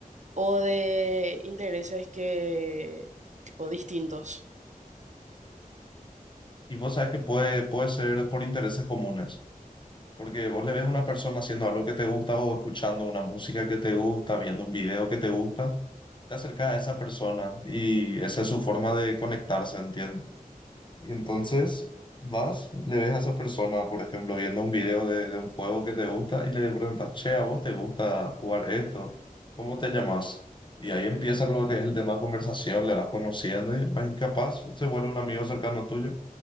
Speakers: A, on the right (about 55°); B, on the left (about 35°).
A: o de intereses que, tipo, distintos?
B: Y vos sabes que puede, puede ser por intereses comunes, porque vos le ves a una persona haciendo algo que te gusta o escuchando una música que te gusta, viendo un video que te gusta, te acercas a esa persona y esa es su forma de conectarse, ¿entiendes? Y entonces vas, le ves a esa persona, por ejemplo, viendo un video de, de un juego que te gusta y le preguntas, che, ¿a vos te gusta jugar esto? ¿Cómo te llamas? Y ahí empieza lo que es el tema de conversación, le vas conociendo y vas- capaz se vuelve un amigo cercano tuyo,